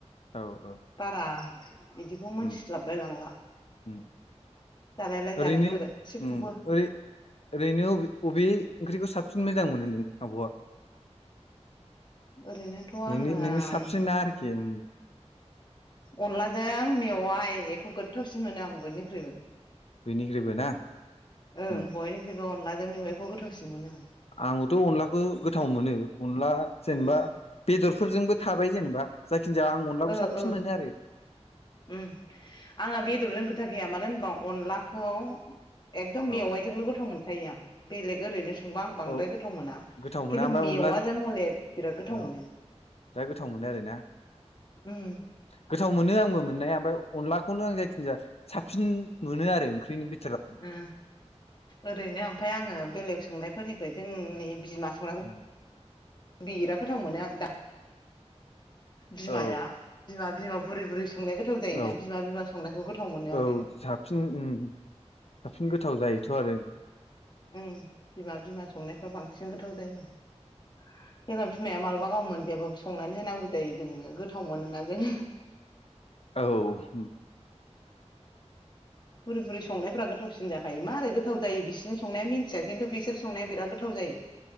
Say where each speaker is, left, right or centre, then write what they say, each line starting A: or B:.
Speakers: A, on the left; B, on the left.
A: औ औ
B: बारा बिदिखौ मोनथिस्लाबलाय
A: उम
B: लांला।
A: उम
B: जानायालाय
A: ओरैनो
B: जाजोबो गासिबखौबो
A: उम ओरै ओरैनो अबे अबे ओंख्रिखौ साब सिन मोजां मोनो नों आब'आ?
B: ओरैनोथ' आङो
A: नोंनि नोंनि साबसि ना आरोखि उम।
B: अनलाजों मेवाइ एखौ गोथावसिन मोनो आं बयनिख्रुइबो।
A: बयनिख्रुइबो ना?
B: ओं
A: उम
B: बयनिख्रुइबो अनलाजों मेवाइखौ गोथावसिन मोनो आं।
A: आंबोथ' अनलाखौ गोथाव मोनो अनला जेनेबा
B: आं
A: बेदरफोरजोंबो थाबाय जेनेबा जायखिनजाया आं अनलाखौ
B: ओ
A: साबसिन
B: ओ
A: मोनो आरो
B: उम आंना बेदरजों खोथा गैया मानो होनबा अनलाखौ एखदम
A: औ
B: मेवाइजोंनो गोथाव मोनखायो आं बेलेग ओरैनो संबा आं बांद्राय
A: औ
B: गोथाव मोना
A: गोथाव मोना
B: खिन्थु
A: ओमफ्राय
B: मेवाजों
A: अनलाजों
B: हले बिराद गोथाव
A: औ
B: मोनो।
A: बिराद गोथाव मोनो आरो ना
B: उम
A: गोथाव मोनो आंबो मोननाया फाय अनलाखौनो आं जायखिनजाया साबसिन मोनो आरो ओंख्रिनि बि
B: ओ ओरैनो ओमफाय आङो बेलेग संनायफोरनिख्रुय जोंनि बिमा संनायखौ
A: उम
B: बिराद गोथाव मोनो आं दा बिमाया
A: औ
B: बिमा बिमा बुरै बुरै संनाया गोथाव जायोना
A: औ
B: बिमा बिमा संनायखौ गोथाव मोनो
A: औ
B: आरो
A: साबसिन उम साबसिन गोथाव जायोथ' आरो
B: उम बिमा बिमा संनायफ्रा बांसिन गोथाव जायो जोंना बिमाया मा लाबा गाव मोनजायाबो संनानै होनांगौ जायो जोङो गोथाव मोनोना जों
A: औ
B: बुरै बुरै संनायफ्रा गोथावसिन जाखायो मारै गोथाव जायो बिसिनि संनाया मिन्थिया खिन्थु बिसोर संनाया बिराद गोथाव जायो।